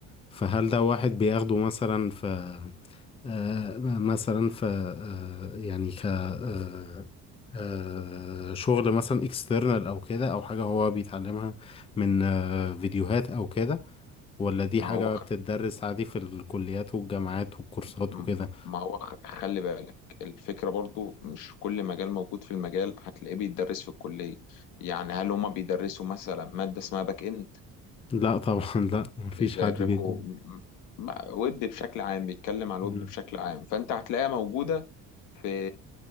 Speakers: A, on the left (about 20°); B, on the left (about 80°).
A: فهل ده واحد بياخده مثلا في آه مثلا في آه يعني ك آه آه شغل مثلا اكسترنال او كده او حاجة هو بيتعلمها من آه فيديوهات او كده ولا دي
B: ما
A: حاجة
B: هو خ-
A: بتتدرس عادي في الكليات والجامعات والكورسات
B: م-
A: وكده
B: ما هو خ- خلي بالك الفكرة برضو مش كل مجال موجود في المجال هتلاقيه بيتدرس في الكلية يعني هل هما بيدرسوا مثلا مادة اسمها باك اند
A: لا طبعا لا مفيش
B: بيزركوا
A: حد بيدي
B: م- م- ويب بشكل عام بيتكلم عن الويب
A: مم.
B: بشكل عام فانت هتلاقيها موجوده في